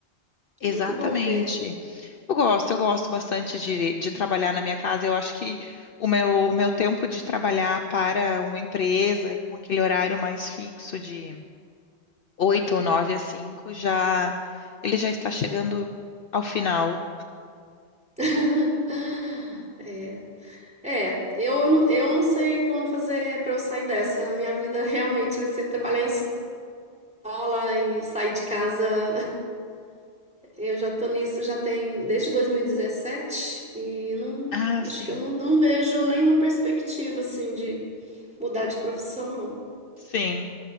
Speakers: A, on the left (about 55°); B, in the centre.
A: exatamente.
B: É muito bom mesmo.
A: Eu gosto, eu gosto bastante de, de trabalhar na minha casa. Eu acho que o meu, o meu tempo de trabalhar para uma empresa e com aquele horário mais fixo de oito ou nove às cinco, já ele já está chegando ao final.
B: <laughs> É, é, eu, não- eu não sei como fazer pra eu sair dessa. Minha vida realmente vai ser trabalhar em escola e sair de casa. Eu já tô nisso já tem desde 2017 e dezessete e não
A: Ah, sim,
B: acho que eu não, não vejo nenhuma perspectiva assim de mudar de profissão, não.
A: sim.